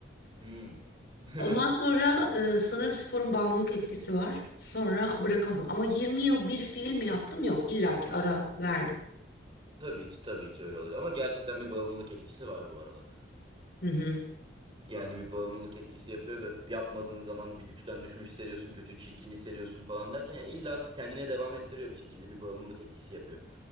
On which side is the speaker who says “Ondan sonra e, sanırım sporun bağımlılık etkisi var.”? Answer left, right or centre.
Left